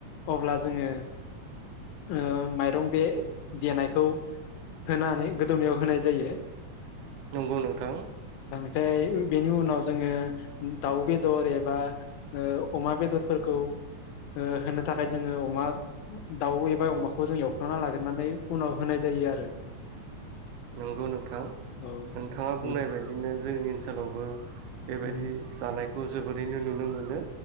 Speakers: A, on the left (about 85°); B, on the right (about 85°).
A: अब्ला जोङो ओ मा बे देनायखौ होनानै गोदौनायाव होनाय जायो
B: नंगौ नोंथां
A: ओमफ्राय बेनि उनाव जोङो दाउ बेदर एबा ओ अमा ओ बेदरफोरखौ ओ होनो थाखाय जोङो अमा दाउ एबा अमाखौ जों एव खांना लाग्रनानै उनाव होनाय जायो आरो
B: नंगौ नोंथां नोंथाङा
A: औ
B: बुंनाय
A: बिदि
B: बायदिनो जोंनि ओनसोलावबो बेबायदि
A: औ
B: जानाय खौ जोबोरैनो नुनो मोनो